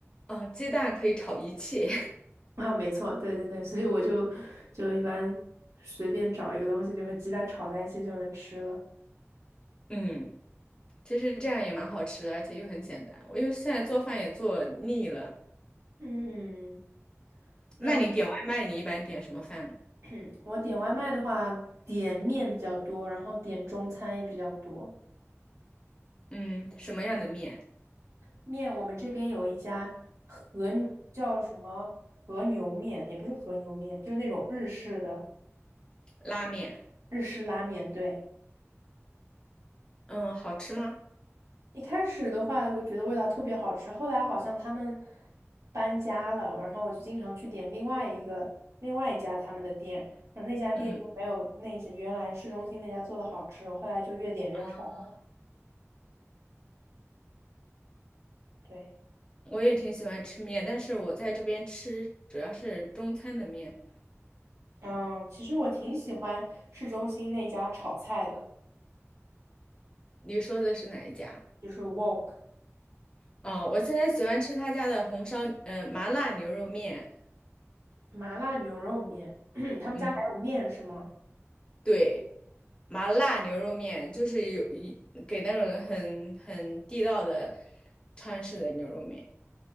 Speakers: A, on the left; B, on the right.
A: 哦，鸡蛋可以炒一切，
B: <laughs> 啊，没错，对对对，所以我就就一般随便找一个东西，就和鸡蛋炒在一起就能吃了。
A: <laughs> 嗯，其实这样也蛮好吃的，而且又很简单。我又现在做饭也做腻了。
B: 嗯，那
A: 那你点外卖，你一般点什么饭呢
B: <clears throat> 我点外卖的话，点面比较多，然后点中餐也比较多。
A: 嗯，什么样的面？
B: 面我们这边有一家和叫什么和牛面，也不是和牛面，就是那种日式的
A: 拉面。
B: 日式拉面，对。
A: 嗯，好吃吗？
B: 一开始的话，我觉得味道特别好吃，后来好像他们搬家了，然后我就经常去点另外一个另外一家他们的店，然后那家店就没有那家原来市中心那家做的好吃，
A: 嗯，
B: 我后来就越点越少了。
A: 啊，
B: 对，
A: 我也挺喜欢吃面，但是我在这边吃主要是中餐的面。
B: 嗯，其实我挺喜欢市中心那家炒菜的，
A: 你说的是哪一家？
B: 就是 Wok
A: 哦，我现在喜欢吃他家的红烧，嗯麻辣牛肉面。
B: 麻辣牛肉面，<clears throat> 他们家还有面是吗？
A: 嗯。对，麻辣牛肉面就是有一给那种很很地道的川式的牛肉面。